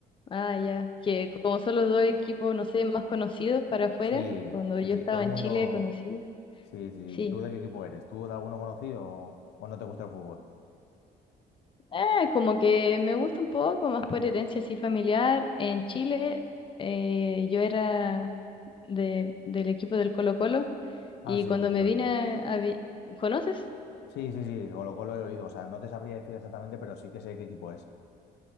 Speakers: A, on the left; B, on the left.
A: ah, ya, que como son los dos equipos, no sé, más conocidos para afuera,
B: Sí,
A: cuando
B: sí,
A: yo
B: sí,
A: estaba
B: todo el
A: en
B: mundo.
A: Chile conocía.
B: Sí, sí, sí.
A: Sí.
B: ¿Y tú de qué equipo eres? ¿Tú de alguno conocido o, o no te gusta el fútbol?
A: Eh, como que me gusta un poco, más por herencia así familiar. En Chile eh, yo era de- del equipo del Colo-Colo
B: Ah,
A: y
B: sí,
A: cuando
B: lo
A: me
B: he
A: vine
B: oído.
A: a... a vi- ¿Conoces?
B: Sí, sí, sí, Colo Colo he oído. O sea, no te sabría decir exactamente, pero sí que sé qué equipo es.